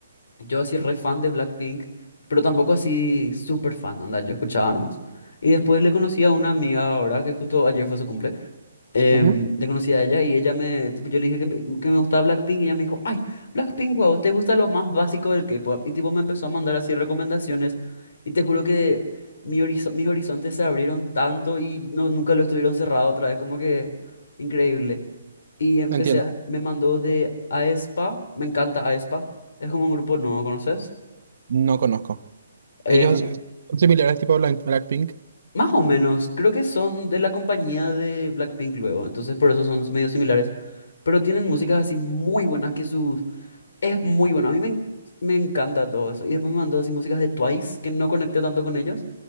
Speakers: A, on the left; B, on the right.
A: yo así re fan de Blackpink, pero tampoco así súper fan, anda, yo escuchaba nomás. Y después le conocí a una amiga ahora, que justo ayer fue su cumple, em,
B: Ujú,
A: le conocí a ella y ella me, tipo, yo le dije que me, que me gustaba Blackpink y ella me dijo, ay, Blackpink, wow, te gusta lo más básico del K-pop. Y tipo me empezó a mandar así recomendaciones y te juro que mi horizo- mis horizontes se abrieron tanto y no, nunca lo estuvieron cerrado otra vez, como que increíble. Y empecé,
B: Entiendo,
A: a- me mandó de aespa, me encanta aespa, es como un grupo nuevo, ¿conoces?
B: no conozco.
A: Eh,
B: Ellos eh, son similares tipo Black- Blackpink.
A: más o menos, creo que son de la compañía de Blackpink luego, entonces por eso son medio similares, pero tienen músicas así muy buenas que sus... Es muy bueno, a mí me, en- me encanta todo eso. Y después me mandó así músicas de Twice, que no conecté tanto con ellos,